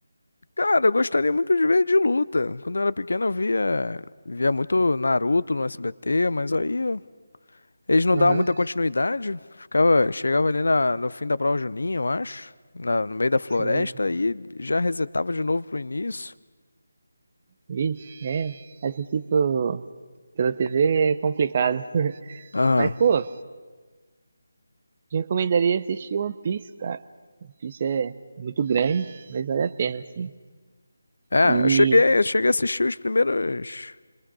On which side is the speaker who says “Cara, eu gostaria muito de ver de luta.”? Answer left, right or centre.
Left